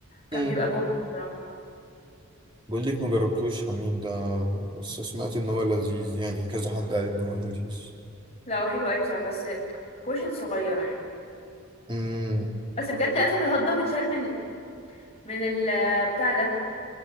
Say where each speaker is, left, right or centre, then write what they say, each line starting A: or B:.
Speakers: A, on the left; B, on the right.
A: كان
B: مم.
A: بيبقى بوم بصراحة
B: بقول لك ما جربتوش حميد ده بس سمعت ان هو لذيذ يعني كذا حد قال ان هو لذيذ
A: لا هو حلو قوي بصراحة بس بورشن صغيرة يعني
B: امم
A: بس بجد للاسف الهوت دوج اتشال من من ال بتاع ده